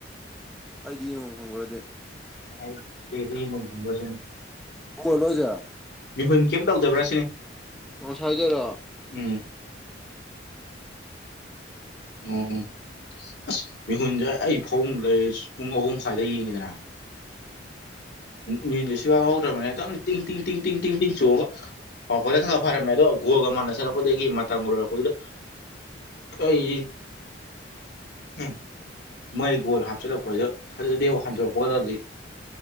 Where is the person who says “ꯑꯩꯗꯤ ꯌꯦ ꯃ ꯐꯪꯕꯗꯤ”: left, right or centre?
Centre